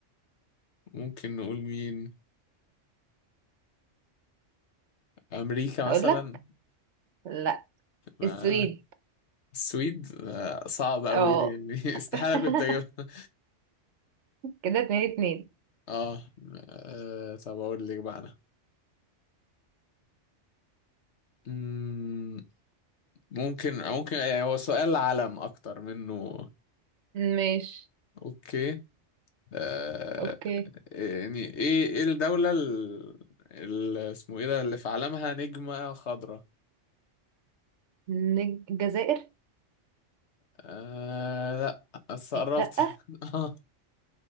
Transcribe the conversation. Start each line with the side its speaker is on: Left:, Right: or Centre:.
Left: ممكن نقول مين أمريكا مثلا
Right: اقول لك لا
Left: ما
Right: السويد
Left: السويد آه، صعب أوي
Right: اه
Left: دي يعني
Right: <laughs>
Left: <laughs> استحالة كنت أجيبها
Right: كده اتنين اتنين
Left: آه آه، طب أقول لك بقى أنا مم، ممكن ممكن يعني هو سؤال علم أكتر منه
Right: ماشي
Left: أوكي آه،
Right: اوكي
Left: يعني إيه إيه الدولة ال ال- اسمه إيه ده اللي في علمها نجمة خضراء
Right: نج- الجزائر
Left: آه لا بس قربتي
Right: لا
Left: <laughs> اه